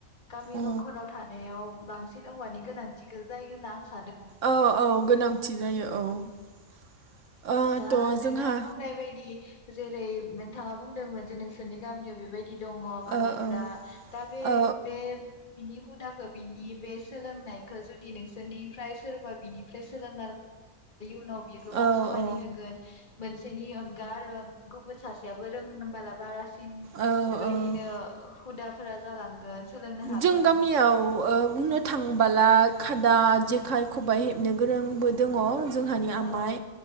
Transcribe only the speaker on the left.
गामि
गंखनाव थानायाव बांसिन औवानि गो नांथिखौ जायो होनना आं
दा
नोंथां बुंनाय बायदि जेरै नोंथाङा बुंदोंमोन जे नोंसोरनि गामियाव बेबायदि दङ बानायग्रा
दा बे
बे बिनि हुदाखौ बिनि बे सोलोंनायखौ जुदि नोंसोरनिफ्राय सोरबा बिनिफ्राय सोलों उनाव बियो गोबां
खामानि होगोन मोनसेनि अनगा आरो गुबुन सासेयाबो रोंनोबाला बारास थिं
बेबायदिनो
हुदा फोरा जालांगोन सोलोंनो हागोन
ओ